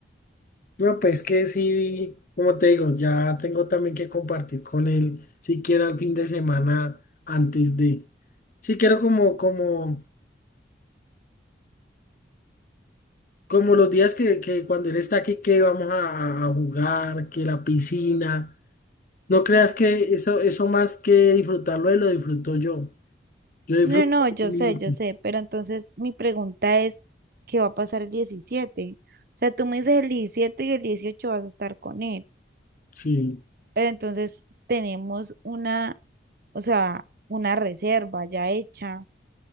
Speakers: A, on the left; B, on the right.
A: no pues que sí, como te digo, ya tengo también que compartir con él, siquiera el fin de semana antes de... si quiero como, como, como los días que, que cuando él está aquí, que vamos a, a a jugar, que la piscina. No creas que eso, eso más que disfrutarlo, él lo disfruto yo. Yo disfruto.
B: No, no, yo
A: de mi
B: sé,
A: niño.
B: yo sé, pero entonces mi pregunta es, ¿qué va a pasar el diecisiete. O sea, tú me dices el diecisiete y el 18 vas a estar con él,
A: Sí.
B: pero entonces tenemos una, o sea, una reserva ya hecha,